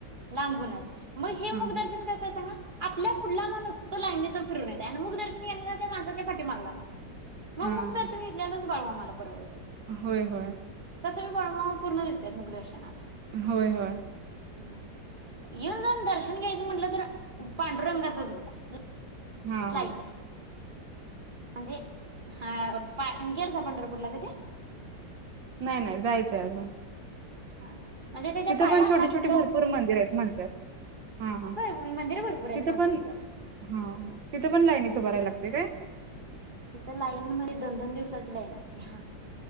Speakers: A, on the right; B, on the right.
A: लांबूनच मग हे
B: हा
A: मुखदर्शन कसयं सांगा आपल्या पुढला माणूस तो लाईनीतून फिरून येतोय आणि मुखदर्शन घेणारा त्या माणसाच्या पाठीमागला माणूस म
B: हा
A: मुख मुखदर्शन घेतलेल्याच बाळूमामा मला परवडतयं.
B: होय होय.
A: तस बी बाळूमामा पूर्ण दिसत्यात मुखदर्शनाला.
B: होय होय.
A: हम्म येऊन जाऊन दर्शन घ्यायचं म्हटलं तर पांडुरंगाचच बघा <unintelligible>
B: हा
A: म्हणजे
B: हा
A: हा पाय <unintelligible> पंढरपूरला कधी
B: नाही नाही जायचंय अजून
A: हा म्हणजे त्याच्या
B: तिथं
A: पाया
B: पण छोटे
A: हात
B: छोटे
A: लावून
B: भरपूर मंदिर आहेत म्हणतात, हा हा
A: होय मंदिर भरपूर आहेत
B: तिथं
A: पंढरपुरात.
B: पण हा
A: हम्म
B: तिथं पण लाईनीत उभ रहाव लागते काय.
A: तिथं लाईन म्हणजे दोन दोन दिवसाची लाईन असते हा